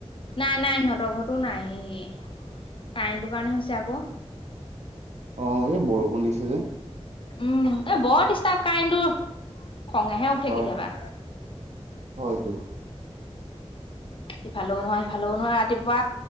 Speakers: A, on the left; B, on the right.
A: নাই নাই সিহঁতৰ ঘৰতো নাই সি কাৰেণ্টটোৰ কাৰণে হৈছে আকৌ,
B: অ এই বৰষুণ দিছে যে,
A: উম এ বৰ ডিষ্টাৰ্ব কাৰেণ্ট তুৰ খঙেহে উঠে
B: হয়
A: কেতিয়াবা,
B: হয় হয়তো
A: ইফালেও নহয় ভাল নহয় ৰাতিপুৱা